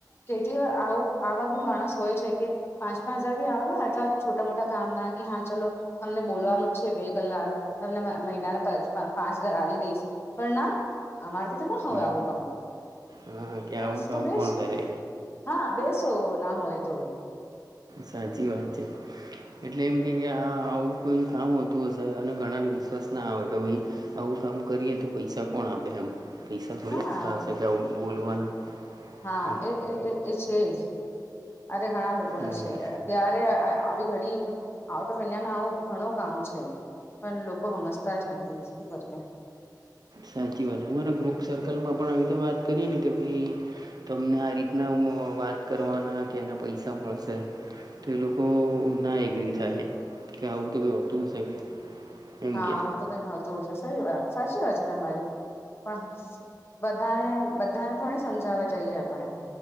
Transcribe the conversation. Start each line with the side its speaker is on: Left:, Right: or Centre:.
Left: કેટલી વાર આવું આવા બી માણસ હોય છે કે પાંચ પાંચ હજાર બી આવે. છોટા મોટા કામ ના કે હા ચલો. તમને બોલવાનું જ છે બે કલાક તમને મહિના પાંચ હજાર આવી દઈશ. પણ ના. અમારથી તો ના હોય
Right: હમ.
Left: આવું કામસ
Right: હા કે આવું કામ
Left: તો બેસ
Right: કોણ કરે
Left: હા. બેસો ના હોય તો.
Right: સાચી વાત છે. એટલે એમ કે કે આ આવું કોઈ કામતું હશે અને ઘણાને વિશ્વાસ ના આવે કે ભાઈ. આવું કામ કરીએ તો પૈસા કોણ આપે એમ પૈસા થોડી
Left: હા
Right: આપતા હશે કે આવ બોલવાના.
Left: હા
Right: એમ
Left: એ એ છે જ અરે ઘણા લોકોને
Right: એવું
Left: છેય.
Right: હોય
Left: ત્યારે આવી ઘડી આઉટ ઓફ ઈન્ડિયા ન આવું ઘણું કામ છે. પણ લોકો સમજતા જ નથી શું કરએ.
Right: સાચી વાત છે અમારા ગ્રુપ સર્કલમાં પણ આવી રીતે વાત કરીએ ને કે ભાઈ. તમને આ રીતના વાત કરવાના કે એના પૈસા મળશે. તો એ લોકો ના એગ્રી થાય કે આવું તો કોઈ હોતું હશે કે. એમ
Left: હા
Right: કે
Left: આવું તો કઈ નહતું હશે સારી વાત સાચી વાત છે તમારી. પણ બધાને બધાને થોડી સમજાવવા જઈએ આપણે.